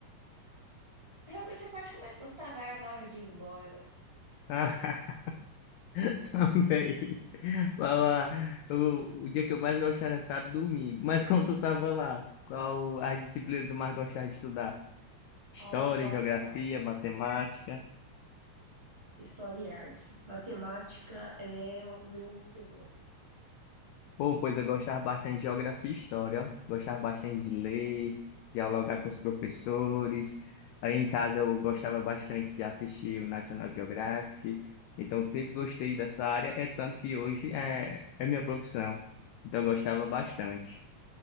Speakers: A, on the right; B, on the left.
A: realmente a parte que eu mais gostava era na hora de ir embora.
B: Ah, <laughs> também. Lá, lá, o, o dia que eu mais gostava era sábado e domingo. Mas quando tu tava lá, qual a disciplina que tu mais gostava de estudar? História,
A: A história
B: geografia,
A: e arte.
B: matemática.
A: História e artes. Matemática é o meu terror.
B: Pô, pois eu gostava bastante de geografia e história, ó. Gostava bastante de ler, dialogar com os professores. Aí em casa eu gostava bastante de assistir o National Geographic. Então sempre gostei dessa área, é tanto que hoje é, é minha profissão. Então eu gostava bastante.